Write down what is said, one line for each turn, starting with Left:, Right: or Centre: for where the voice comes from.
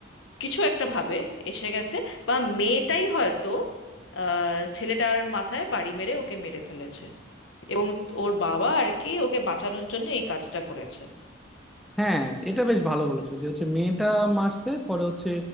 Left: কিছু একটা ভাবে এসে গেছে বা মেয়েটাই হয়তো আহ, ছেলেটার মাথায় বাড়ি মেরে ওকে মেরে ফেলেছে এবং ওর বাবা আর কি ওকে বাঁচানোর জন্য এই কাজটা করেছে
Centre: হ্যাঁ এটা বেশ ভালো বলেছো যে হচ্ছে মেয়েটা মারছে পরে হচ্ছে